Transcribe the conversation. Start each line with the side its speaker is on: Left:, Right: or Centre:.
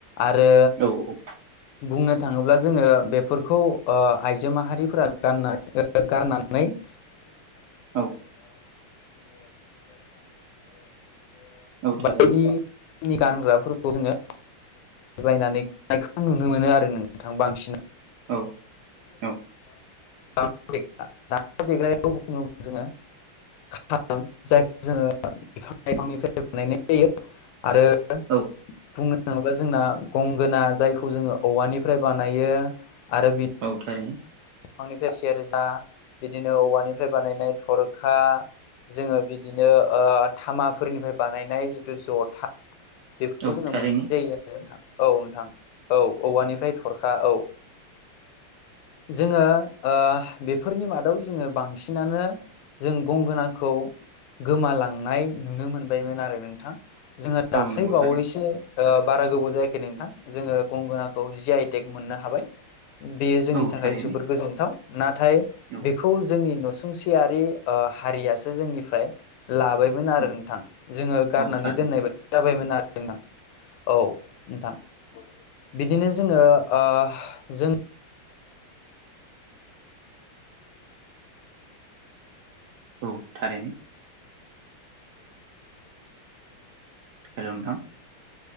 Left: आरो
Right: औ औ
Left: बुंनो थाङोब्ला जोङो बेफोरखौ ओ आइजो माहारिफोरा गानना गाननानै <inaudible>
Right: औ औ
Left: बायदिनि
Right: थारैनो
Left: गानग्राफोरखौ जोङो बायनानै नायखौ नुनो मोनो आरो नोंथां बांसिन
Right: औ औ
Left: दामनाय देनायखौ बुङोब्ला जोङो खार जायखौ जोङो बिफां लाइफांनिफ्राय बानायनाय आरो बुंनो
Right: औ
Left: थाङोब्ला जोंना गंगोना जायखौ जोङो औवानिफ्राय बानायो आरो बि
Right: औ थारै
Left: बिफांनिफ्राय सेरजा बिदिनो औवानिफ्राय बानायनाय थरखा जोङो बिदिनो ओ थामाफोरनिफ्राय बानायनाय जिथु जथा बेफोरखौ
Right: औ
Left: जोङो
Right: थारैनो
Left: मोननाय जायो आरो नोंथां औ नोंथां औ औवानिफ्राय थरखा औ जोङो ओ बेफोरनि मादाव जोङो बांसिनानो जों गंगोनाखौ गोमालांनाय नुनो मोनबायमोन आरो नोंथां जों दाख्लैबावैसो
Right: औ नंगौ थारैनो
Left: ओ बारा गोबाव जायाखै नोंथां जोङो गंगोनाखौ जि आइटेक मोननो हाबाय बेयो जोंनि
Right: औ
Left: थाखाय
Right: थारैनो
Left: जोबोर गोजोनथाव नाथाय
Right: औ
Left: बेखौ जोंनि नसुंसियारि ओ हारियासो जोंनिफ्राय लाबायमोन आरो
Right: औ
Left: नोंथां जोङो गारनानै
Right: औ थारैनो
Left: दोननाय जाबायमोन आरो नोंथां औ नोंथां बिदिनो जोङो ओ जों
Right: औ थारैनो हेल' नोंथां